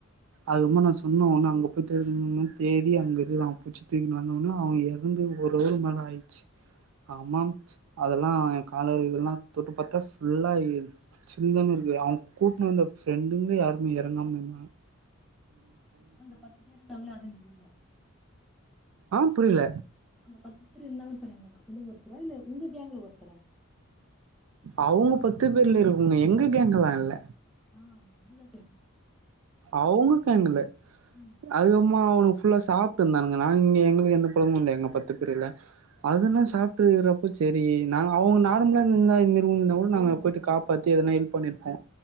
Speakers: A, on the right (about 65°); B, in the centre.
A: அதுமா நா சொன்ன ஒன்ன அங்க போய் தேடுன <unintelligible> தேடி அங்க இருக்குறா அவ புச்சி தூக்கின்னு வந்த ஒன்னே அவ இறந்து ஒரு <unintelligible> மேல ஆயிச்சு ஆமாம் அ அதெல்லா என் கால இதெல்லா தொட்டு பாத்தா ஃபுல்லா சில்னு இருக்கு அவுங்க கூட்டின வந்த ஃப்ரெண்டுங்களே யாருமே எறங்காம இருந்தாங்
B: அந்த பத்து பேர் இருந்தாங்கள அதுல நீங்க
A: ஆ புரியில
B: அந்த பத்து பேர் இருந்தாங்கன்னு சொன்னிருந்தங்க அதுலேந்து ஒருத்தரா இல்ல உங்க கேங்கல ஒருத்தரா
A: அவுங்க பத்து பேர்ல இருக்குங்க எங்க கேங்கலா இல்ல
B: ஆ அதுதா கேக்குறே
A: அவுங்க கேங்குலே
B: ம்
A: அதுக் அப்புமா அவனு ஃபுல்லா சாப்ட்டு இருந்தானுங்க நாங்க இங்க எங்களுக்கு எந்த பழங்கு இல்ல எங்க பத்து பேருல்ல அதெல்லா சாப்ட்டு இருக்கறப்போ சேரி நா அவுங்க நார்மலா இருந்தா இது மேரி விழுந்து இருந்தா கூட நாங்க போயிட்டு காப்பாத்தி எதனா ஹெல்ப் பண்ணிருப்போ